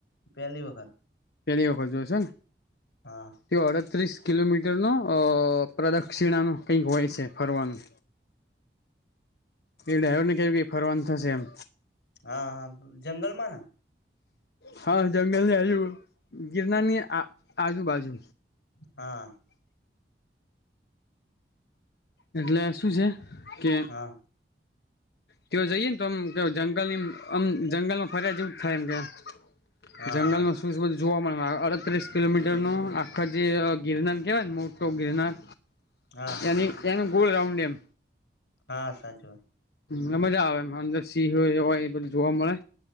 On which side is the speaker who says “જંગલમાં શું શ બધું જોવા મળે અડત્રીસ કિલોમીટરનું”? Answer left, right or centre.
Left